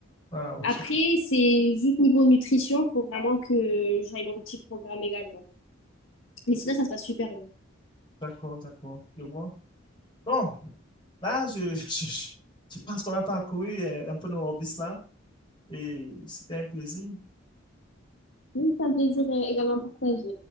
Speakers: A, on the left; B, on the left.
A: Ah oui,
B: Après,
A: je...
B: c'est juste niveau nutrition, faut vraiment que j'aille mon petit programme également. Mais sinon, ça se passe super bien.
A: d'accord, d'accord, je vois. Bon, là, je, <laughs> je, je- je pense qu'on a parcouru euh, un peu nos hobbies là et c'était un plaisir.
B: Oui, ça me plaisir euh, également partagé.